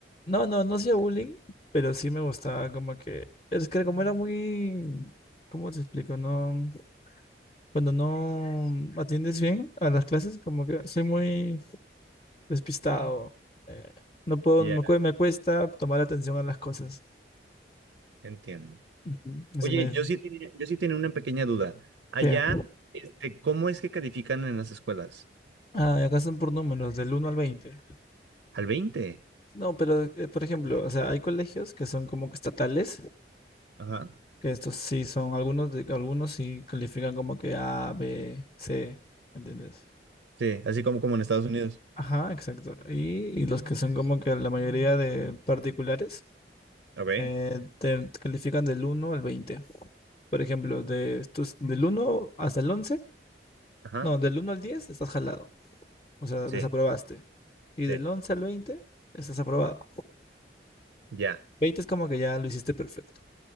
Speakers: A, on the left; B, on the right.
A: No, no, no hacía bullying, pero sí me gustaba como que... Es que como era muy... ¿Cómo te explico? No. Cuando no atiendes bien a las clases, como que soy muy despistado. eh, no puedo,
B: Ya,
A: me, cue- me cuesta tomar atención a las cosas.
B: entiendo.
A: Ujú,
B: Oye,
A: Se me...
B: yo sí tenía, yo sí tenía una pequeña duda. Allá,
A: ¿Qué?
B: este, ¿cómo es que califican en las escuelas?
A: Ah, y acá son por números, del uno al veinte
B: Al veinte
A: No, pero eh, por ejemplo, o sea, hay colegios que son como que estatales,
B: Ajá.
A: que estos sí son algunos, de, algunos sí califican como que A, B, C, ¿entiendes?
B: Sí, así como, como en Estados Unidos.
A: Ajá, exacto. Y, y los que son como que la mayoría de particulares
B: Ok.
A: eh, te califican del uno al veinte Por ejemplo, de estos, del uno hasta el once
B: Ajá.
A: no, del uno al 10 estás jalado, o sea,
B: Sí,
A: desaprobaste. Y
B: sí.
A: del 11 al 20 estás aprobado.
B: Ya,
A: veinte es como que ya lo hiciste perfecto.